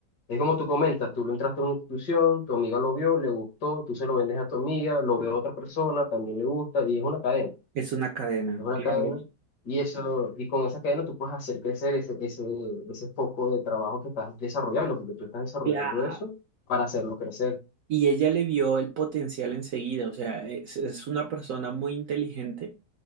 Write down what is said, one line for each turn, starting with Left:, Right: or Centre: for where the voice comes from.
Left: es como tú comentas, tú lo entraste a una institución, tu amiga lo vio, le gustó, tú se lo vendes a tu amiga, lo ve a otra persona, también le gusta y es una cadena
Right: Es una cadena.
Left: es una
Right: Claro.
Left: cadena, y eso, y con esa cadena tú puedes hacer crecer ese, ese, ese foco de trabajo que estás desarrollando, porque tú estás desarrollando
Right: Claro.
Left: eso para hacerlo crecer.
Right: Y ella le vio el potencial enseguida, o sea, es, es una persona muy inteligente